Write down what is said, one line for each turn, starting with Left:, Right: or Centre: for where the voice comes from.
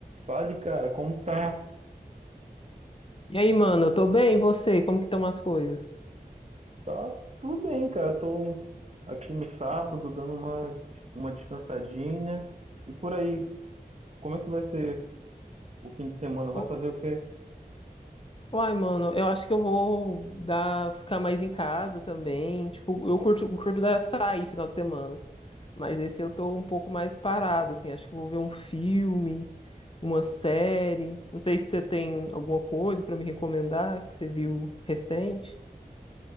Right: Fale, cara, como tá?
Left: E aí, mano, eu tô bem, e você? Como que estão as coisas?
Right: Tá tudo bem, cara. Tô aqui no sábado dando uma, uma descansadinha. E por aí, como é que vai ser o fim de semana? Vai
Left: Ô,
Right: fazer o quê?
Left: Uai, mano, eu acho que eu vou dar, ficar mais em casa também. Tipo, eu curto, curto dar sair final de semana, mas esse eu tô um pouco mais parado, assim. Acho que eu vou ver um filme, uma série. Não sei se você tem alguma coisa pra me recomendar que você viu recente.